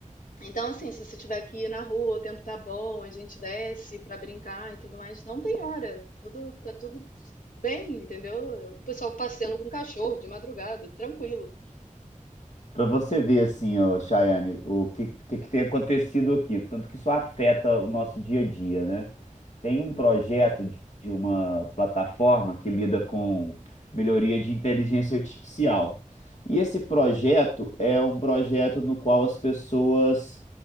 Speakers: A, on the left; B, on the left.
A: então, assim, se você tiver que ir na rua, o tempo tá bom, a gente desce pra brincar e tudo mais, não tem hora. Tudo, tá tudo bem, entendeu? O pessoal passeando com cachorro de madrugada, tranquilo.
B: Para você ver assim, ó, Chayane, o que, que, que tem acontecido aqui, tanto que isso afeta o nosso dia a dia, né? Tem um projeto de de uma plataforma que lida com melhoria de inteligência artificial. E esse projeto é um projeto no qual as pessoas